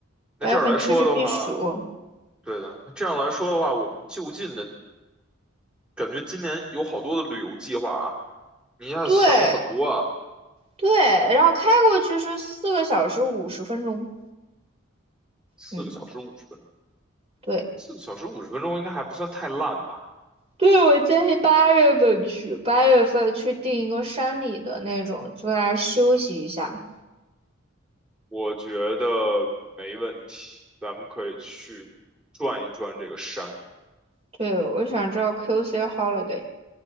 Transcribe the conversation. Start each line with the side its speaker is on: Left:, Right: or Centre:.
Right: 八月份出去避暑。
Centre: 那这样来说的话，对的。那这样来说的话，我们就近的感觉今年有好多的旅游计划啊。你一下子想了很多啊，
Right: 对对，然后开过去是四个小时五十分钟。
Centre: 四个小时五十分钟
Right: 嗯，对
Centre: 四个小时五十分钟应该还不算太烂吧？
Right: 对，我建议八月份去，八月份去订一个山里的那种，坐在那儿休息一下。
Centre: 我觉得没问题，咱们可以去转一转这个山。
Right: 对，我想知道 QC holiday